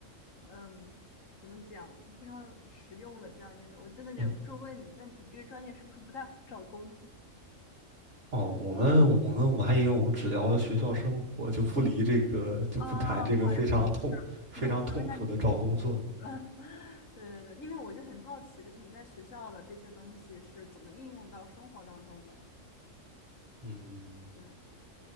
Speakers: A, on the left; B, on the right.
A: 嗯，怎么讲，就非常实用的这样一个人。我真的忍不住问你，
B: 嗯，
A: 那你这个专业是不是不太好找工作？
B: 哦，我们我们我还以为我们只聊学校生活，就不离这个，就不谈这个非常痛、
A: 啊，不好意思，就是就是我想问一下你，
B: 非常痛苦的找工作的故事
A: <laughs> 对对对，因为我就很好奇，就是你在学校的这些东西是怎么应用到生活当中的？
B: 嗯，
A: 对，